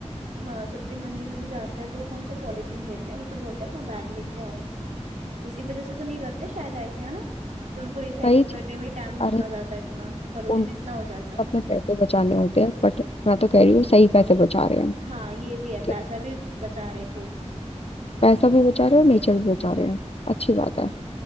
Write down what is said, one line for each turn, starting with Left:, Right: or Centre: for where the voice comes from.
Right: म, सब्जी मंडी में भी जाते हैं तो वो कौन सा पॉलीथीन देते हैं वो तो बोलते हैं अपना बैग लेके आओ इसी वजह से तो नहीं करते शायद आए थे है ना कि उनको रिसाइकल
Left: सही चीज
Right: करने में टाइम
Left: अरे
Right: चला जाता है इतना पोल्यूशन
Left: उन
Right: इतना हो जाता है
Left: अपने पैसे बचाने होते हैं बट मैं तो कह रही हूँ सही पैसे बचा रहे हैं
Right: हाँ ये भी है
Left: कि
Right: पैसा भी बचा रहे खूब
Left: पैसा भी बचा रहे हैं और नेचर भी बचा रहे हैं
Right: हम्म।
Left: अच्छी बात है